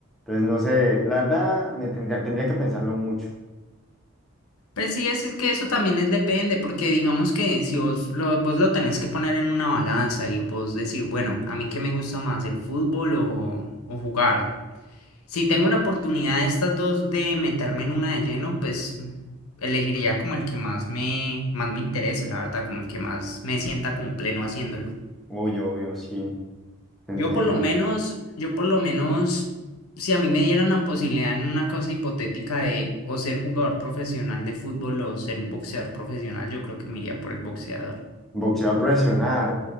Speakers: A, in the centre; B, on the left (about 85°).
A: Entonces, no sé, la verdad, me tendría, tendría que pensarlo mucho.
B: Pues sí, es, es que eso también es depende, porque digamos que si vos lo, vos lo tenés que poner en una balanza y vos decir, bueno, a mí qué me gusta más, el fútbol o, o jugar. Si tengo la oportunidad de estas dos de meterme en una de lleno, pues elegiría como el que más me, más me interese, la verdad, como el que más me sienta como pleno haciéndolo.
A: Obvio, obvio, sí, te entiendo.
B: Yo por lo menos, yo por lo menos, si a mí me dieran la posibilidad en una causa hipotética de o ser jugador profesional de fútbol o ser un boxeador profesional, yo creo que me iría por el boxeador.
A: Boxeador profesional.